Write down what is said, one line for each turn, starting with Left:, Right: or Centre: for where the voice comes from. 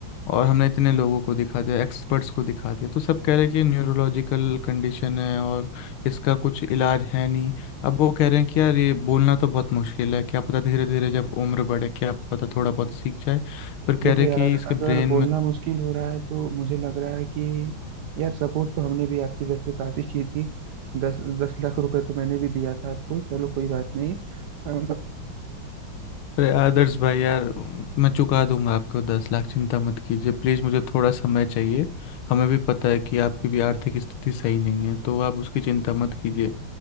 Left: और हमने इतने लोगों को दिखा दिया एक्सपर्ट्स को दिखा दिया तो सब कह रहे हैं कि न्यूरोलॉजिकल कंडीशन है और इसका कुछ इलाज है नहीं अब वो कह रहे हैं कि यार ये बोलना तो बहुत मुश्किल है क्या पता धीरे धीरे जब उम्र बढ़े क्या पता थोड़ा बहुत सीख जाए पर कह
Right: देखो
Left: रहे
Right: यार
Left: हैं कि इसके
Right: अगर
Left: ब्रेन
Right: बोलना
Left: में
Right: मुश्किल हो रहा है तो मुझे लग रहा है कि यार सपोर्ट तो हमने भी आपकी वैसे काफी की थी दस दस लाख रुपए तो मैंने भी दिया था आपको चलो कोई बात नहीं अम,
Left: अरे आदर्श भाई यार मैं चुका दूंगा आपको दस लाख चिंता मत कीजिए प्लीज़ मुझे थोड़ा समय चाहिए हमें भी पता है कि आपकी भी आर्थिक स्थिति सही नहीं है तो आप उसकी चिंता मत कीजिए